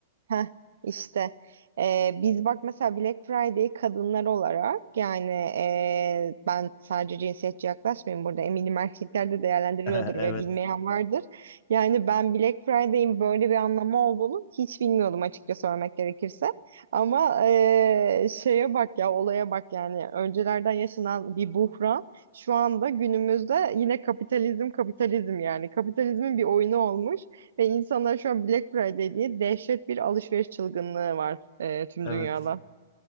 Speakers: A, on the right; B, on the left.
A: heh, işte E, biz bak mesela Black Friday kadınlar olarak yani e, ben sadece cinsiyetçi yaklaşmayayım burada eminim erkekler de değerlendiriyordur
B: <laughs>
A: ve bilmeyen
B: Evet,
A: vardır. Yani ben Black Friday'in böyle bir anlamı olduğunu hiç bilmiyordum açıkça söylemek gerekirse. Ama eee, şeye bak ya olaya bak yani öncelerden yaşanan bir buhran şu anda günümüzde yine kapitalizm kapitalizm yani kapitalizmin bir oyunu olmuş ve insanlar şu an Black Friday diye dehşet bir alışveriş çılgınlığı var eee, tüm
B: evet.
A: dünyada.